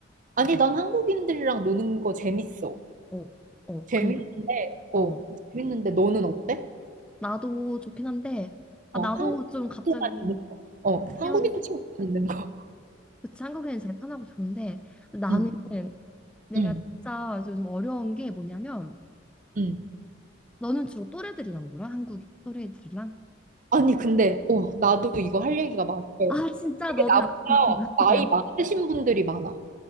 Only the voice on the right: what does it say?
아니, 난 한국인들이랑 노는 거 재밌어.
재밌는데,
어,
재밌는데 너는 어때?
어,
한국인
친구만 있는 거. 어, 한국인
친구만 있는 거.
응,
응,
응.
아니, 근데, 어, 나도 이거 할 얘기가 많아요.
이게
나보다
나이
많으신 분들이 많아.